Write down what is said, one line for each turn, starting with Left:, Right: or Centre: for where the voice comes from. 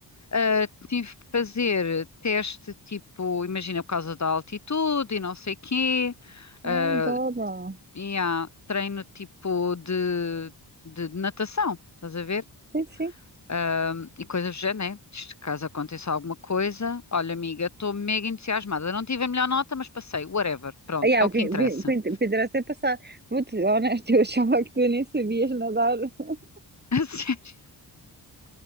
Left: Ah, tive que fazer teste, tipo, imagina, por causa da altitude e não sei quê.
Right: Ai,
Left: Ah,
Right: adoro.
Left: e há treino tipo de, de natação, estás a ver?
Right: Sim, sim.
Left: Ahm, e coisas do género, né? Isto, Caso aconteça alguma coisa, olha, amiga, estou mega entusiasmada. Não tive a melhor nota, mas passei, whatever. Pronto,
Right: Ah, yeah,
Left: é
Right: o
Left: o que
Right: que
Left: interessa.
Right: o que- o que interessa é passar. Vou-te honesto, eu achava que tu nem sabias nadar, <laughs>
Left: <laughs> A sério.